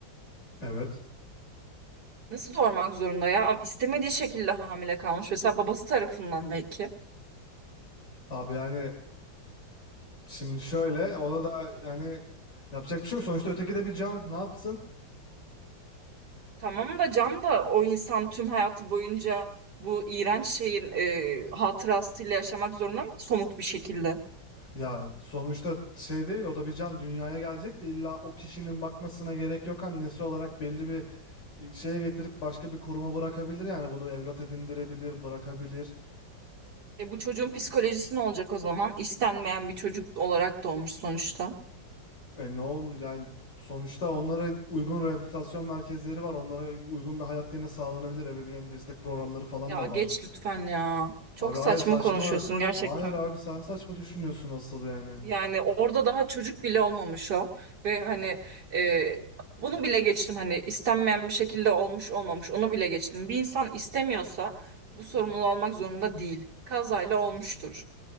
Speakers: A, on the left (about 65°); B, on the right (about 60°).
A: Evet.
B: Nasıl doğurmak zorunda ya? İstemediği şekilde hamile kalmış mesela babası tarafından belki.
A: Abi yani şimdi şöyle ona da yani yapacak bir şey yok. Sonuçta öteki de bir can ne yapsın?
B: Tamam da Can da o insan tüm hayatı boyunca bu iğrenç şeyin e, hatırasıyla yaşamak zorunda mı somut bir şekilde?
A: Ya sonuçta şey değil o da bir can dünyaya gelecek de illa o kişinin bakmasına gerek yok. Annesi olarak belli bir e, şeye getirip başka bir kuruma bırakabilir yani bunu evlat edindirebilir, bırakabilir.
B: E bu çocuğun psikolojisi ne olacak o zaman? İstenmeyen bir çocuk olarak doğmuş sonuçta.
A: E ne olur yani sonuçta onlara uygun rehabilitasyon merkezleri var. Onlara uygun bir hayat yine sağlanabilir. Ebeveyn destek programları falan
B: Ya
A: da
B: geç
A: var.
B: lütfen ya. Çok
A: Abi hayır
B: saçma
A: saçma.
B: konuşuyorsun gerçekten.
A: Hayır abi sen saçma düşünüyorsun asıl yani.
B: Yani orada daha çocuk bile olmamış o. Ve hani e, bunu bile geçtim hani istenmeyen bir şekilde olmuş olmamış onu bile geçtim. Bir insan istemiyorsa bu sorumluluğu almak zorunda değil. Kazayla olmuştur.